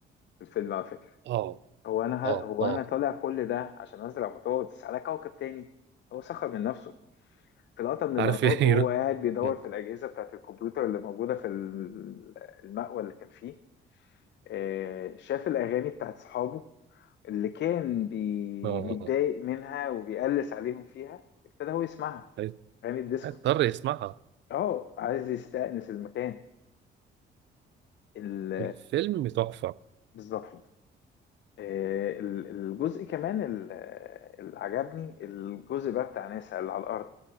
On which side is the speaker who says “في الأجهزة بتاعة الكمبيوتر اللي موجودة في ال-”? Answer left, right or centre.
Left